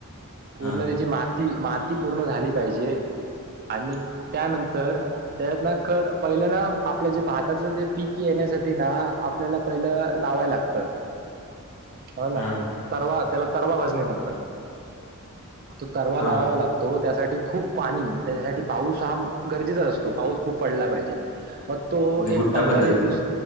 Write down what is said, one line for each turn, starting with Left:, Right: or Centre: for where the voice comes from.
Right: पूर्ण
Left: हा
Right: त्याची मात ती माती पूर्ण झाली पाहिजे आणि त्यानंतर त्यात ना ख पहिलं ना आपलं जे भाताचं ते पीक येण्यासाठी ना आपल्याला पहिलं लावाय लागतं होला
Left: हा
Right: तरवा त्याला तरवा भजणे म्हणतात तो तरवा
Left: हा
Right: लावा लागतो त्यासाठी खूप पाणी त्याच्यासाठी पाऊस हा गरजेचा असतो पाऊस खूप पडला पाहिजे मग तो
Left: म्हणजे गुट्टा
Right: एक पंधरा
Left: पद्धत
Right: वीस दिवस